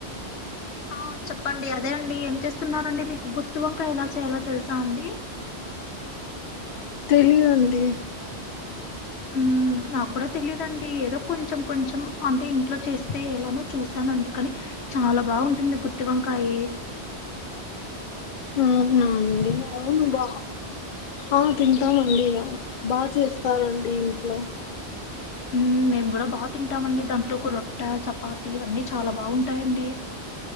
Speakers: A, on the left; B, on the left.
A: ఆ చెప్పండి అదే అండి ఏం చేస్తున్నరండి మీకు గుత్తి వంకయ ఎలా చేయాలో తెలుసా అండి
B: తెలీయదండి
A: మ్ నాకు కూడా తెలియదండి ఏదో కొంచెం కొంచెం అంటే ఇంట్లో చేస్తే ఎలానో చూసానండి కానీ చాలా బాగుంటుంది గుత్తివంకాయి
B: అవున అండి అవును బా ఆ తింటామండి బాగా చేస్తారండి ఇంట్లో
A: మ్ మేము కూడా బాగా తింటామండి దాంట్లో కూ రొట్ట చపాతి అవన్నీ చాలా బాగుంటాయండి